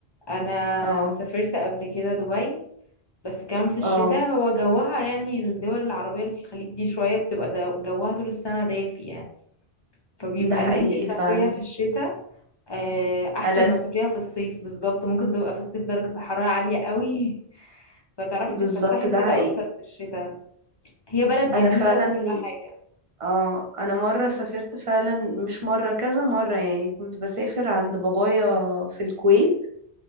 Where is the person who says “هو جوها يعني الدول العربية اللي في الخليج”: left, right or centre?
Left